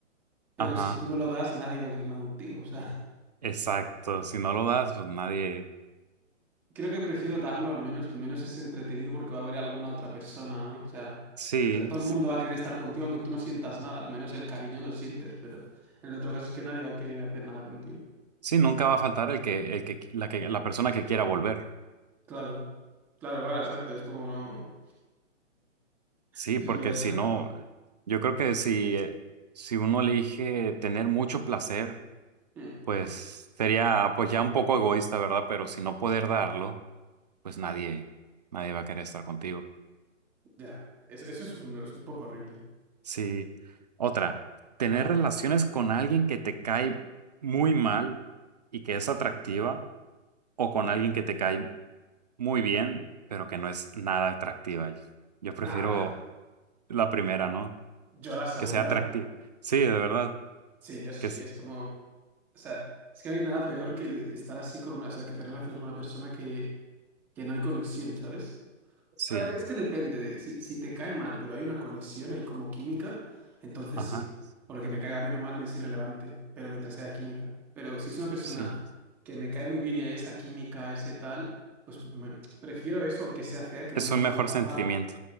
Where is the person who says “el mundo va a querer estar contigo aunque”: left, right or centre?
Centre